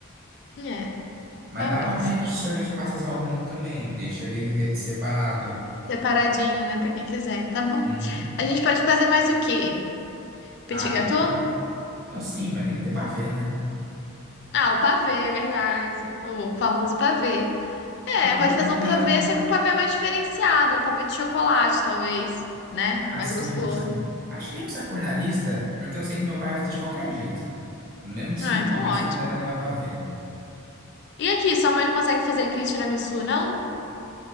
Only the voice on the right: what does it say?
Mas
dá pra ter sorvete de passas ao rum também, deixa ele separado.
Uhum.
Ah, tem
tudo. Não, sim, mas tem que ter pra ver né?
Acho que
nem
precisa.
Ah,
sim,
sim. Acho que nem precisa pôr na lista, porque eu sei que meu pai vai fazer de qualquer jeito. Mesmo sem
ter
na lista,
ele vai levar pavê.